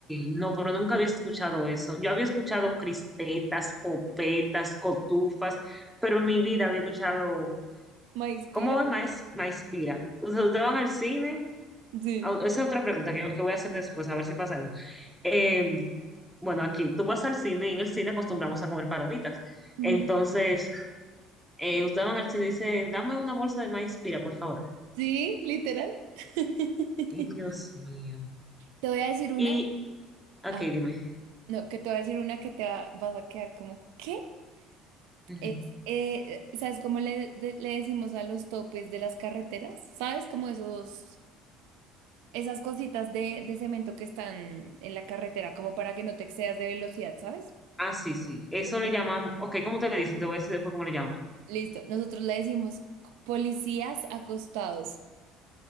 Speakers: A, in the centre; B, on the right.
A: no, pero nunca había escuchado eso. Yo había escuchado crispetas, popetas, cotufas, pero en mi vida había escuchado,
B: ¿Maíz
A: ¿cómo
B: pira?
A: es maíz, maíz pira? O sea, ustedes van al cine.
B: Sí.
A: ah, esa es otra pregunta que, que voy a hacer después, a ver si pasa eso. Eh, bueno, aquí tú vas al cine y en el cine acostumbramos a comer palomitas.
B: Ujú.
A: Entonces, eh, ustedes van al cine y dicen, dame una bolsa de maíz pira, por favor.
B: Sí, literal. <laughs>
A: Ay, Dios mío.
B: Te voy a decir una.
A: Y, ok,
B: ah,
A: dime.
B: no, que te voy a decir una que te va- vas a quedar como, ¿qué?
A: Ujú.
B: Es, eh, ¿sabes cómo le, de- le decimos a los topes de las carreteras? ¿Sabes cómo esos, esas cositas de, de cemento que están en la carretera, como para que no te excedas de velocidad, ¿sabes?
A: Ah, sí, sí. Eso le llamamos. Ok, ¿cómo te le dicen? Te voy a decir después cómo le llamamos.
B: Listo, nosotros le decimos policías acostados.